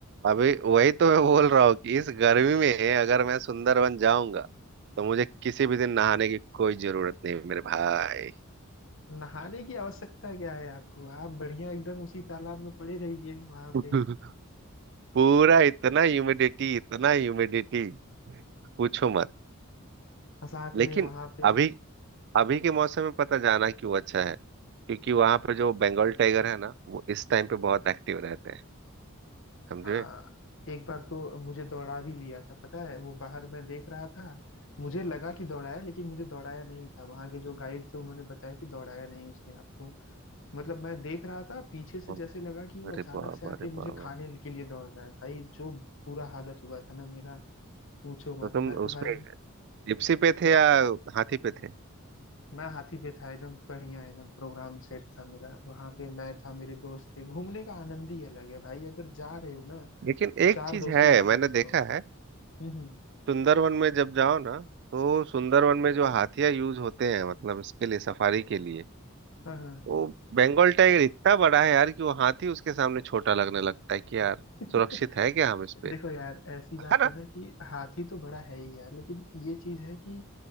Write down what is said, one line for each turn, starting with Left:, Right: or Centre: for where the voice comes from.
Right: अभी वही तो मैं बोल रहा हूँ कि इस गर्मी में अगर मैं सुंदरवन जाऊंगा तो मुझे किसी भी दिन नहाने की कोई जरूरत नहीं मेरे भाई
Left: नहाने की आवश्यकता क्या है आपको आप बढ़िया एकदम उसी तालाब में पड़े रहिए वहां
Right: <laughs>
Left: पे
Right: पूरा इतना ह्यूमिडिटी इतना ह्यूमिडिटी पूछो मत
Left: और साथ
Right: लेकिन
Left: में वहां पे
Right: अभी अभी के मौसम में पता जाना क्यों अच्छा है क्योंकि वहां पे जो बंगाल टाइगर है ना वो इस टाइम पे बहुत एक्टिव रहते हैं
Left: हाँ
Right: समझे
Left: एक बार तो मुझे दौड़ा भी लिया था पता है वो बाहर मैं देख रहा था मुझे लगा कि दौड़ाया लेकिन मुझे दौड़ाया नहीं था वहां के जो गाइड थे उन्होंने बताया कि दौड़ाया नहीं उसने आपको मतलब मैं देख रहा था पीछे से
Right: ओ,
Left: जैसे लगा कि वो
Right: अरे
Left: अचानक
Right: बाबा
Left: से आके
Right: अरे
Left: मुझे
Right: बाबा
Left: खाने के लिए दौड़ रहा है भाई जो बुरा हालत हुआ था ना मेरा पूछो
Right: तो
Left: मत
Right: तुम
Left: मैं तो
Right: उसमें
Left: भाई
Right: जिप्सी पे थे या हाथी पे थे
Left: मैं हाथी पे था एकदम बढ़िया एकदम प्रोग्राम सेट था मेरा वहां पे मैं था मेरे दोस्त थे घूमने का आनंद ही अलग है भाई अगर जा रहे हो ना
Right: लेकिन
Left: तो चार
Right: एक चीज
Left: दोस्तों
Right: है
Left: के साथ
Right: मैंने
Left: जाओ
Right: देखा है
Left: हम्म हम्म
Right: सुंदरवन में जब जाओ ना तो सुंदरवन में जो हाथिया यूज होते हैं मतलब इसके लिए सफारी के लिए
Left: हाँ हाँ
Right: वो बंगाल टाइगर इतना बड़ा है यार कि वो हाथी उसके सामने छोटा लगने लगता है कि यार
Left: <laughs>
Right: सुरक्षित है क्या हम इस पे
Left: देखो यार ऐसी बात
Right: है ना
Left: है ना कि हाथी तो बड़ा है ही यार लेकिन ये चीज है कि